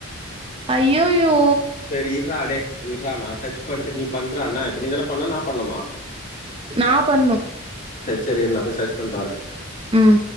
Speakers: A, on the right; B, on the left.
A: அய்யோயோ
B: சரி இர்ரா டேய் இர்ரா நா சர்ச் பண்ட்டு நீ பண்றா என்ன இப்ப நீ தான பண்ணணு நா பண்ணுமா
A: நா பண்ணு
B: செர் செரி இரு நா போய் சர்ச் பண்ட்டு வர
A: ம்